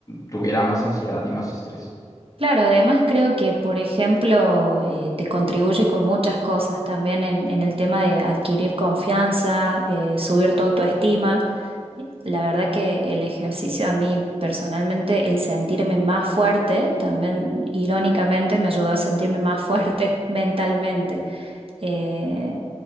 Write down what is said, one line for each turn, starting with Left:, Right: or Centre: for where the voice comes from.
Left: tuviera más ansiedad y más estrés.
Right: Claro, además creo que, por ejemplo, eh, te contribuye con muchas cosas también en, en el tema de adquirir confianza, eh, subir tu autoestima. La verdad que el ejercicio a mí personalmente, el sentirme más fuerte, también irónicamente me ayudó a sentirme más fuerte <laughs> mentalmente. Eh,